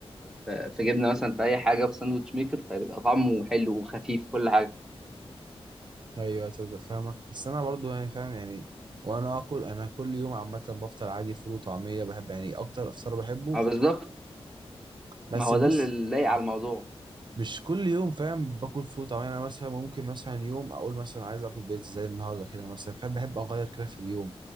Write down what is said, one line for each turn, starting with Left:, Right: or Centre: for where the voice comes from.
Centre: في في جبنة مثلا في أي حاجة في ساندوتش ميكر فبيبقى طعمه حلو وخفيف كل حاجة
Right: ايوه تصدق فاهمك بس انا برضو يعني فاهم يعني وانا اكل انا كل يوم عامه بفطر عادي فول وطعميه بحب يعني اكتر افطار بحبه
Centre: ما بالظبط
Right: بس
Centre: ما هو
Right: بص
Centre: ده اللي
Right: يعني
Centre: لايق على الموضوع
Right: مش كل يوم فاهم باكل فول طبعا انا مثلا ممكن مثلا يوم اقول مثلا عايز اكل بيتزا زي النهارده كده مثلا فاهم بحب اغير كده في اليوم